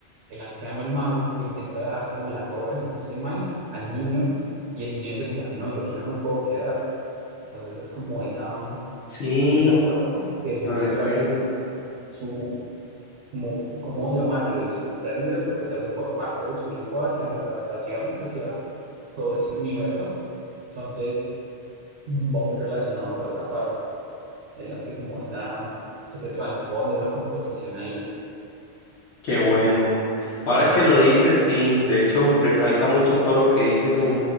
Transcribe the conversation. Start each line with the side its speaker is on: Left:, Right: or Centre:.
Right: el anciano, el mago, le intenta dejar como la torre, si no estoy mal, al niño, y el niño dice como que no, yo aquí no me puedo quedar. Entonces es como esa, mm,
Left: Sí,
Right: esa forma del
Left: lo
Right: mostrar
Left: recuerdo.
Right: su, su, como, cómo llamarlo, y su pérdida, su rechazo por parte de su hijo hacia las adaptaciones, hacia todo ese universo. Entonces mm, va muy relacionado por esa parte. Él hace como esa, ese trasfondo, esa composición ahí.
Left: Qué bueno.
Right: No sé si lo mencionó.
Left: Ahora que lo dices, sí, de hecho recalca mucho todo lo que dices en,